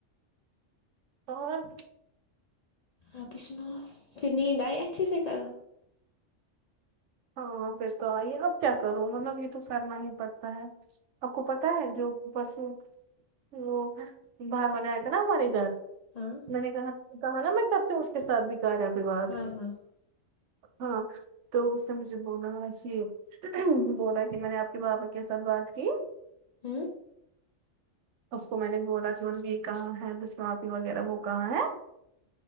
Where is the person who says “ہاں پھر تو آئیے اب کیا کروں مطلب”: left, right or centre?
Right